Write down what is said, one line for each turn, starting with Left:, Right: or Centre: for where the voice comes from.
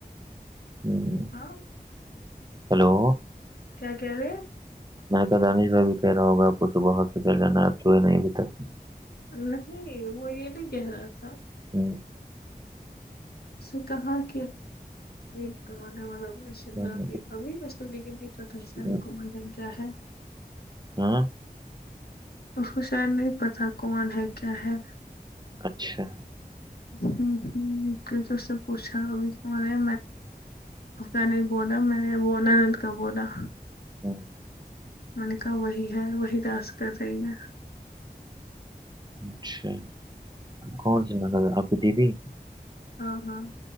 Right: ہوں
Left: ہاں
Right: ہیلو
Left: کیا کہ رہے
Right: میں نے کہا دانش بھائی بھی کہہ رہا ہوگاآ پ کو صبح ہاسپٹل جانا آپ سوئے نہیں ابھی تک
Left: نہیں وہ یہ نہیں کہہ رہا تھا
Right: ہممم
Left: <unintelligible>
Right: ہوں،
Left: <unintelligible>
Right: ہوں، ہاں
Left: اس کو شاید نہیں پتا کون ہے کیا ہے
Right: اچھا
Left: ہمم ہمم کل تو اسے پوچھا بھی میں نے میں نے بولا میں نے وہ ناند کا بولا
Right: ہوں،
Left: میں نے کہا وہی ہے وہی راج کر رہی ہے
Right: اچھا کون س مطلب آپ کی دیدی
Left: ہاں ہاں